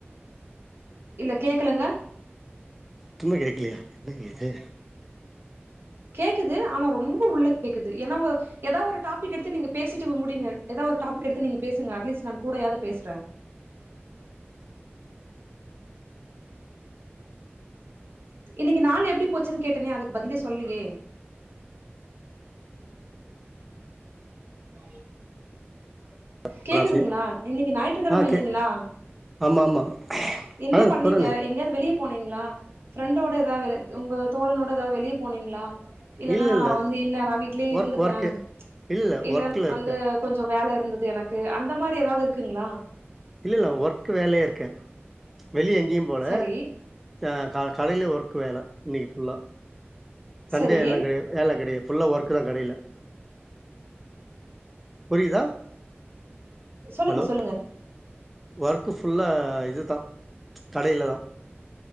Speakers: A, on the right; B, in the centre.
A: இல்ல கேக்கலங்க
B: சுத்தம்மா கேக்கலியா என்னங்க இது
A: கேக்குது ஆனா ரொம்ப உள்ள கேக்குது ஏன்னா ஏதாவது ஒரு டாபிக் எடுத்து நீங்க பேசிட்டு முடிங்க ஏதாவ ஒரு டாபிக் எடுத்து நீங்க பேசுங்க அட்லீஸ்ட் நான் கூட யாவது பேசுறேன் இன்னைக்கு நாளு எப்டி போச்சுன்னு கேட்டேனே அதுக்கு பதிலே சொல்லலியே <unintelligible>
B: இது
A: கேக்குதுங்களா இன்னைக்கு ஞாயிற்றுக்கிழமை
B: ஆ கே
A: இல்லைங்களா
B: ஆமா ஆமா
A: என்ன
B: ஆ
A: பண்ணீங்க
B: சொல்றனே
A: எங்கயாவது வெளியே போனீங்களா பிரெண்ட் ப்ரெண்டோட ஆ உங்க தோழனோட இப்பதான் வெளிய போனீங்களா இல்லன்னா
B: இல்ல இல்ல
A: வந்து இல்ல நான் வீட்லயே
B: ஒர்க்
A: இருந்துட்டேன்
B: ஒர்க்கு இல்ல இல்ல
A: இல்லன்னா
B: ஒர்க்ல இருக்கே
A: வந்து கொஞ்சோம் வேல இரு இருந்தது எனக்கு அந்த மாரி ஏதாவது இருக்குங்களா
B: இல்லல்ல ஒர்க் வேலையா இருக்கேன் வெளிய எங்கயும் போல
A: சரி
B: அ க கடையில ஒர்க்கு வேலை இன்னைக்கு ஃபுல்லா சண்டே
A: சரி
B: எல்லாம் கெடையாது வேலை கெடையாது ஃபுல்லா ஒர்க்கு தான் கடையில புரிதா
A: சொல்லுங்க
B: ஹலோ
A: சொல்லுங்க
B: ஒர்க்கு ஃபுல்லா இதுதான் கடையில தான்